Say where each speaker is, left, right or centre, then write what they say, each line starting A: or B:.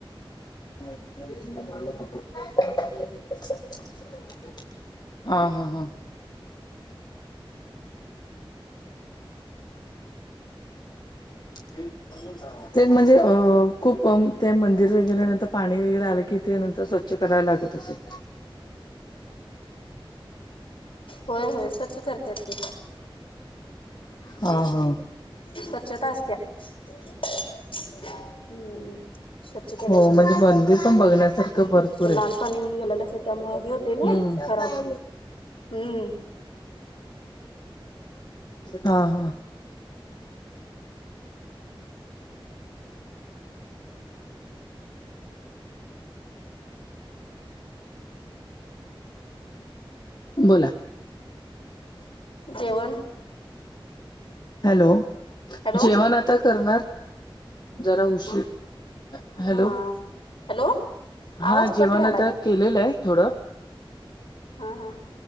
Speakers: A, on the left (about 50°); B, on the left (about 70°).
A: <inaudible> हा हा हां. ते ते म्हणजे अ खूप ते मंदिर वगैरे नंतर पाणी वगैरे आलं कि ते नंतर स्वच्छ च कराय लागत असेल.
B: होय होय स्वच्छ करत्यात की.
A: हा हा.
B: स्वच्छता असते हम्म. स्वच्छ केल्याश
A: हो
B: हे
A: म्हणजे
B: करूनेत
A: मंदिर पण बघण्यासारखं भरपूर
B: ते
A: आहे.
B: लाल पाणी येऊन गेले त्यामुळे होते
A: हम्म
B: ना खराब हम्म.
A: हा हा. बोला
B: जेवण
A: हॅलो
B: हॅलो
A: जेवण आता करणार. जरा उशीर
B: हम
A: हॅलो
B: हा हॅलो.
A: हा
B: आवाज कट
A: जेवण
B: व्हालाय
A: आता केलेलं आहे थोडं.
B: हा हा